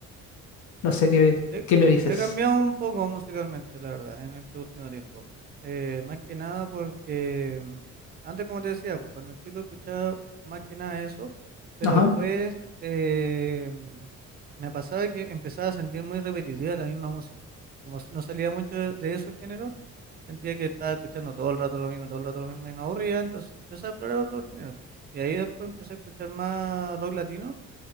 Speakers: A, on the left (about 75°); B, on the right (about 30°).
A: no sé qué,
B: He,
A: qué me dices.
B: he cambiado un poco musicalmente, la verdad, en este último tiempo. Eh, más que nada porque mm, antes, como te decía, pues, cuando chico escuchaba más que nada eso, pero
A: Ajá,
B: después eh, mm, me pasaba que empezaba a sentir muy repetitiva la misma música. Como s- no salía mucho de, de esos géneros, sentía que estaba escuchando todo el rato lo mismo, todo el rato lo mismo y me aburría, entonces empecé a explorar otros géneros. Y ahí después empecé a escuchar más rock latino